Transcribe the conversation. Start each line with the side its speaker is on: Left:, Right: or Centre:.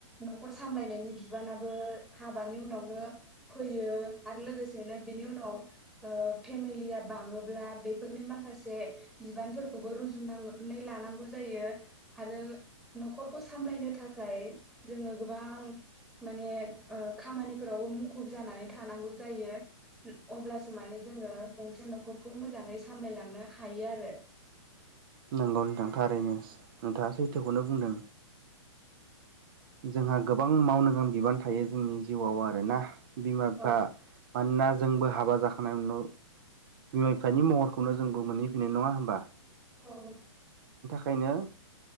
Centre: न'खर सामलायनायनि बिबाना बो हाबानि उनावनो फैयो आरो लोगोसेनो बेनि उनाव ओ फेमिलिया बाङोब्ला बेफोरनि माखासे बिबानफोरखौबो रुजुननानै लानांगौ जायो आरो न'खरखौ सामलायनो थाखाय जोङो गोबां माने ओ खामानिफोरावबो मुखुब जानानै थानांगौ जायो अब्लासो माने जोङो गंसे न'खरखौ मोजाङै सामलायलांनो हायो आरो।
Right: नंगौ नोंथां थारैनो नोंथाङा सैथोखौनो बुंदों जोंहा गोबां मावनो गां बिबान थायो जोंनि जिउआव आरोना? बिमा बिफा
Centre: औ
Right: मानोना जोंबो हाबा जाखांनायनि उनाव बिमा बिफानि महरखौनो जोंबो मोनहैफैनाय नङा होमबा?
Centre: औ।
Right: ओंखायनो